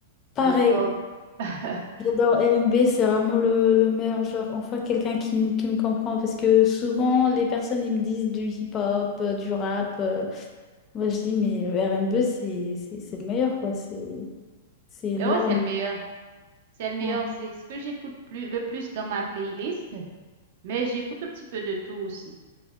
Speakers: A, on the left; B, on the right.
A: Pareil,
B: le pop. <laughs>
A: j'adore LMB, c'est vraiment le, le meilleur genre. Enfin, quelqu'un qui, me- qui me comprend parce que souvent les personnes ils me disent du hip-hop, euh, du rap. euh, moi, je dis, mais le RMB, c'est c'est- c'est le meilleur, quoi. C'est... C'est
B: Mais
A: la...
B: ouais, c'est le meilleur. C'est le meilleur.
A: ouais.
B: C'est ce que j'écoute plus, le plus dans ma playlist. Mais j'écoute un petit peu de tout aussi.